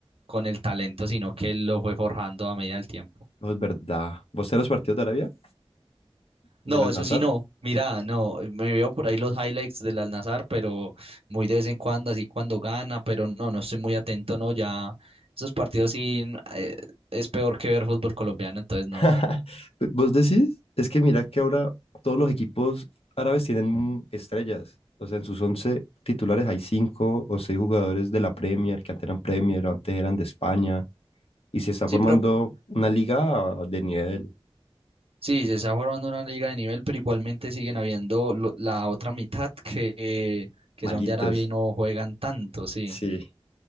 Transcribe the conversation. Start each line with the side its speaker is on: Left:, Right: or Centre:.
Right: con el talento, sino que lo fue forjando a medida del tiempo.
Left: No es verdad. ¿Vos te ves los partidos de Arabia? ¿Del
Right: No,
Left: Al-Nassr?
Right: eso sí no. Mira, no, me veo por ahí los highlights del Al-Nassr, pero muy de vez en cuando, así cuando gana, pero no, no estoy muy atento, no, ya esos partidos sí eh, es peor que ver fútbol colombiano, entonces no.
Left: <laughs> ¿Vos decís? Es que mira que ahora todos los equipos árabes tienen estrellas. O sea, en sus 11 titulares hay cinco o seis jugadores de la Premier, que antes eran Premier o antes eran de España. Y se está
Right: Sí,
Left: formando
Right: pero
Left: una liga de nivel.
Right: Sí, se está formando una liga de nivel, pero igualmente siguen habiendo lo- la otra mitad que, que
Left: Malitos.
Right: son de Arabia y no juegan tanto, sí.
Left: Sí.